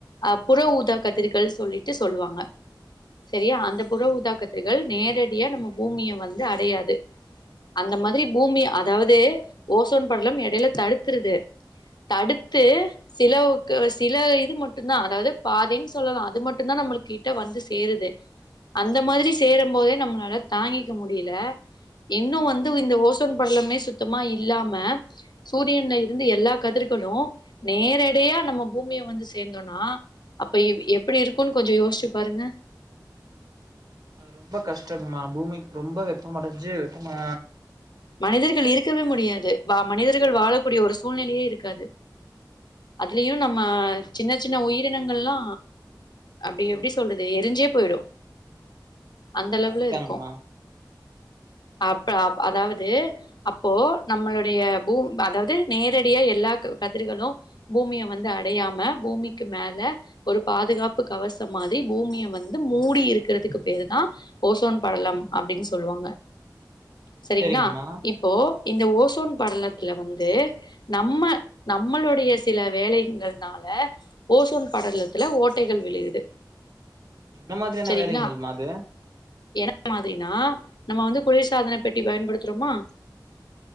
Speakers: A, on the left (about 75°); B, on the right (about 60°).
A: து அ புற ஊதா கதிர்கள் சொல்லிட்டு சொல்வாங்க செரியா அந்த புற
B: சரிங்கம்மா
A: ஊதாக்கதிர்கள் நேரட் டியா நம்ப பூமிய வந்து அடயாது அந்த மாதிரி பூமிய அதாவ து ஓசோன் படலம் எடைல தடுத்றுது தடுத்து சிலவுக்கு சில இது மட்டுந்தா அதாவது பாதின் சொல்லலா அது மட்டுந்தா நம்ளுக் கிட்ட வந்து சேருது அந்த மாதிரி சேரம் போதே நம்ளால தாங்கிக்க முடில இன்னு வந்து இந்த ஓசோன் படலமே சுத் தமா இல்லாம சூரியன்ல இருந்து எல்லா கதிர்களூ நேரடியா நம்ப பூமிய வந்து சேந்தோன்னா அப்ப எ எப்டி இருக்கூன் கொஞ்சோ யோஸ்ச்சு பாருங்க
B: அது ரொம்ப கஷ்டங்மா பூமிக் ரொம்ப வெப்பமடஞ்சு வெப்ப மா
A: மனிதர்கள் இருக்கவே முடியாது வா மனிதர்கள் வாழக்கூடிய ஒரு சூழ்நிலயே இருக்காது அதுலயு நம்ம சின்ன சின்ன உயிரினங்கள்லா அப்டி
B: ம்
A: எப்டி சொல்றது எரிஞ்சே போய்டு அந்தளவுல
B: சரிதாங்கம்மா
A: இருக்கோ அப் அ அதாவது து அப்போ நம்மளுடைய பூ அதாவது நேரடிய எல்லா க கதிர்களு பூம் பூமிய வந்து அடயாம பூமிக்கு மேல ஒரு பாதுகாப்பு கவசம் மாதிரி பூமிய வந்து மூ மூடி இருக்கிறதுக்கு பேரு தா ஓசோன் படலம் அப்டின் சொல்வாங்க செரிங்ளா
B: சரிங்கம்மா
A: இப்போ இந்த ஓசோன் படலத்துல வந்து நம்ம நம்மளுடைய சில வேலைங்கள்னால ல ஓசோன் படலத்துல ஓட்டைகள் விழுகுது
B: என்ன மாதிரியான
A: சரிங்ளா
B: வேலைங்கள்மா
A: <inaudible>
B: அது
A: மாதிரினா நம்ம வந்து குளிர் சாதனப் பெட்டி பயன்படுத்துறோமா